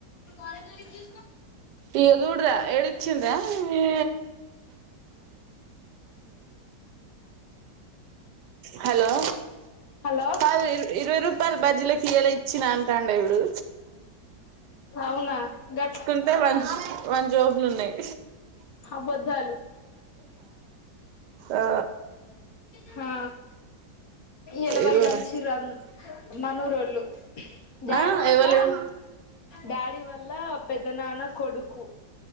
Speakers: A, on the left (about 60°); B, on the right (about 70°).
A: కాలేజ్ అల్కి
B: ఇక చూడరా ఏడిచ్ ఇచ్చిందా ఏ హలో
A: హలో
B: కాదు ఇ ఇరవై రూపాయలు బజ్జీలకి ఇయ్యలే ఇచ్చిన అంటాండు చూడు
A: అవునా గ
B: అదే వన్ వన్ జాబ్లు ఉన్నాయి.
A: అబద్ధాలు
B: ఆ
A: హా ఇలవైగాలు
B: ఇగోరా
A: చిరు మనూ రోళ్లు డాడి
B: ఆ
A: వాల్ళ
B: ఎవలేవు
A: డాడి వాల్ లా పెద్దనానా కొడుకు